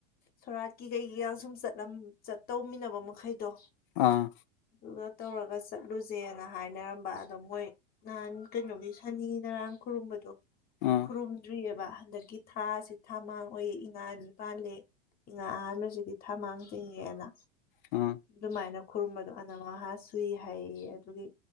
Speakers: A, on the left (about 30°); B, on the left (about 65°).
A: ꯁꯣꯔꯥꯠꯀꯤ ꯀꯩꯒꯤꯒ ꯁꯨꯝ ꯆꯠꯂꯝ ꯆꯠꯇꯧꯃꯤꯟꯅꯕ ꯃꯈꯩꯗꯣ
B: ꯑꯥ
A: ꯑꯗꯨꯒ ꯇꯧꯔꯒ ꯆꯠꯂꯨꯖꯦꯅ ꯍꯥꯏꯅꯔꯝꯕ ꯑꯗꯣ ꯃꯣꯏ ꯅꯍꯥꯟ ꯀꯩꯅꯣꯒꯤ ꯁꯅꯤ ꯅꯔꯥꯡ ꯈꯨꯔꯨꯝꯕꯗꯣ
B: ꯑꯥ
A: ꯈꯨꯔꯨꯝꯗ꯭ꯔꯤꯌꯦꯕ ꯍꯟꯗꯛꯀꯤ ꯊꯥꯁꯤ ꯊꯃꯥꯡ ꯑꯣꯏꯌꯦ ꯏꯉꯥ ꯑꯅꯤ ꯄꯥꯜꯂꯦ ꯏꯉꯥ ꯑꯍꯥꯟꯕꯁꯤꯗꯤ ꯊꯃꯥꯡ ꯆꯤꯡꯉꯦꯅ
B: ꯑꯥ
A: ꯗꯨꯃꯥꯏꯅ ꯈꯨꯔꯨꯝꯕꯗꯣ ꯑꯅꯝ ꯑꯍꯥ ꯆꯨꯏ ꯍꯥꯏꯌꯦꯌꯦ ꯑꯗꯨꯒꯤ